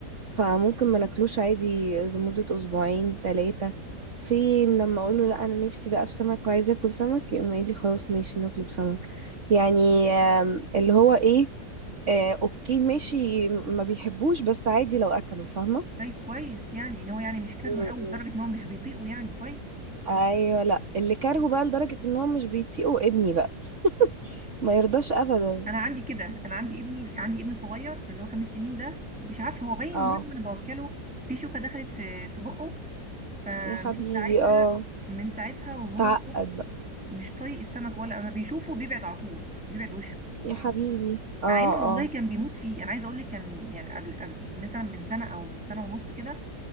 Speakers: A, on the right; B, in the centre.
A: فممكن ما ناكلوش عادي لمدة اسبوعين ثلاثة في لما اقول له لا انا نفسي بقى في سمك وعايزة اكل سمك يقوم قايل لي خلاص ماشي نطلب سمك يعني آم، اللي هو ايه آه، اوكي ماشي ما بيحبوش بس عادي لو اكلوا فاهمة
B: طيب كويس يعني ان هو يعني مش كارهه
A: مم.
B: قوي لدرجه ان هو مش بيطيقه يعني كويس
A: ايوه لا اللي كارهه بقى لدرجة ان هو مش بيطيقه ابني بقى ما يرضاش ابدا
B: انا عندي كده انا عندي ابني عندي ابن صغير اللي هو خمس سنين ده مش عارفه هو باين
A: اه
B: مره انا بوكله في شوكه دخلت في في بقه فمن
A: يا حبيبي
B: ساعتها
A: اه
B: من ساعتها وهو
A: تعقد بقى
B: مش طايق السمك ولا اما بيشوفه بيبعد على طول بيبعد وشه
A: يا حبيبي
B: مع
A: اه
B: ان
A: اه
B: والله كان بيموت فيه انا عايزه اقول لك كان يعني قبل, قبل مثلا من سنه او من سنه ونص كده